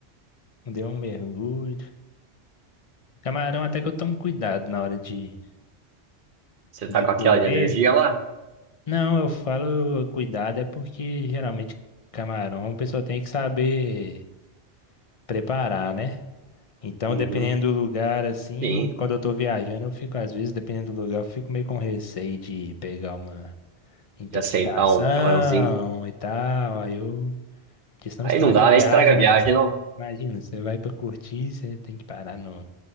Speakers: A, on the left; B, on the right.
A: deu um mergulho. Camarão até que eu tomo cuidado na hora de,
B: Você
A: de
B: tá com
A: comer.
B: aquela de energia lá?
A: Não, eu falo cuidado é porque geralmente camarão a pessoa tem que saber preparar, né? Então,
B: Uhum.
A: dependendo do lugar, assim,
B: Sim.
A: quando eu tô viajando, eu fico, às vezes, dependendo do lugar, eu fico meio com receio de pegar uma intoxicação
B: de aceitar um camarãozinho.
A: e tal. Aí eu Porque senão
B: Aí
A: estraga
B: não dá,
A: a viagem,
B: né? Estraga a
A: né?
B: viagem não,
A: Imagina, você vai pra curtir, você tem que parar no,